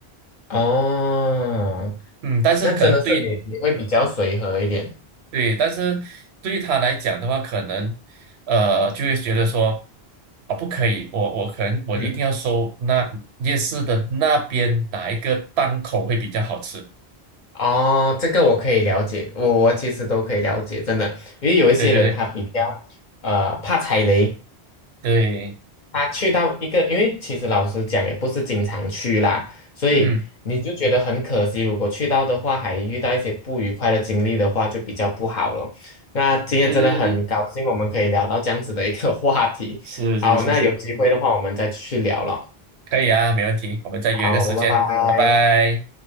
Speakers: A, on the left; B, on the right.
A: 哦，
B: 嗯，但是可能对
A: 那真的是你你会比较随和一点。
B: 对，但是对于他来讲的话，可能呃就会觉得说啊，不可以，我我可能我一定要收那夜市的那边哪一个档口会比较好吃。
A: 嗯，哦，这个我可以了解，我我其实都可以了解，真的，因为有一些人他比较呃怕踩雷，
B: 对对对对，
A: 他去到一个，因为其实老实讲也不是经常去啦，所以你就觉得很可惜。
B: 嗯哼，
A: 如果去到的话，还遇到一些不愉快的经历的话，就比较不好了。那今天真的很高兴，
B: 对对对对，
A: 我们可以聊到这样子的一个话题。
B: 是是是是，
A: 好，那有机会的话，我们再去聊了。
B: 可以啊，没问题，我们再约个时间，
A: 好，拜拜。
B: 拜拜。